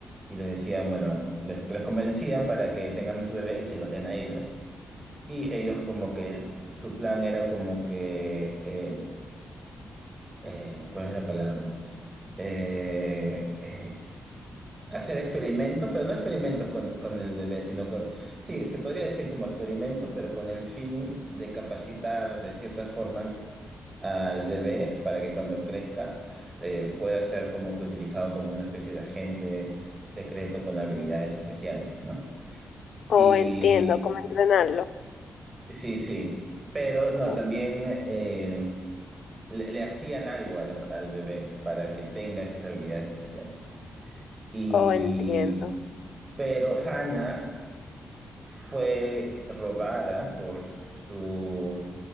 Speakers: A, on the right (about 20°); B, on the left (about 75°).
A: y les decían, bueno, les, les convencían para que tengan su bebé y se los den a ellos. Y ellos como que su plan era como que, eh, eh, ¿cuál es la palabra? Eh, eh, hacer experimentos, pero no experimentos con, con el bebé, sino con, sí, se podría decir como experimento, pero con el fin de capacitar de ciertas formas al bebé para que cuando crezca s- eh, pueda ser como que utilizado como una especie de agente secreto con habilidades especiales, ¿no?
B: Oh,
A: Y
B: entiendo cómo entrenarlo.
A: sí, sí, pero no,
B: Oh,
A: también eh, le, le hacían algo a la- al bebé para que tenga esas habilidades especiales. Y,
B: oh, entiendo.
A: pero Hannah fue robada por su,